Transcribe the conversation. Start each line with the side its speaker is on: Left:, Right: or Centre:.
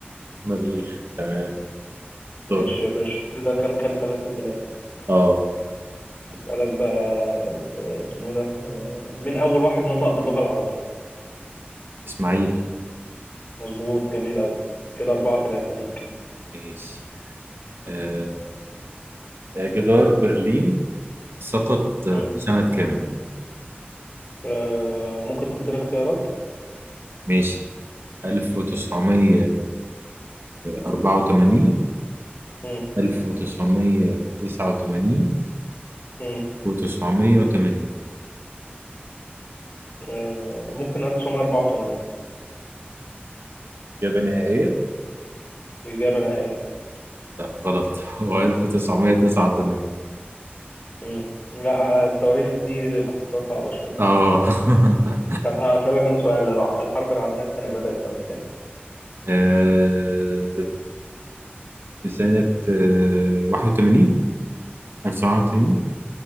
Right: مريخ تمام
Left: ماشي
Right: دور
Left: يا باشا كده كام كام تلاتة تلاتة
Right: اه
Left: أسألك بقى آه، اسمه ده آه، مين أول واحد نطق باللغة العربية
Right: إسماعيل
Left: مظبوط جميل أوي كده أربعة تلاتة ليك
Right: ماشي آه، جدار برلين سقط في
Left: مم.
Right: سنة كام؟
Left: آه، ممكن تديني اختيارات
Right: ماشي 1900 84
Left: مم.
Right: 1989
Left: مم.
Right: و980
Left: آه، ممكن 1984
Right: إجابة نهائية
Left: إجابة نهائية
Right: لا غلط <laughs> هو 1989
Left: مم. لا آه، التواريخ دي بحسها صعبة شوية
Right: اه <laughs>
Left: طب هسألك أنا سؤال الع- الحرب العالمية التانية بدأت سنة كام؟
Right: آه، سنة آه، 81 1981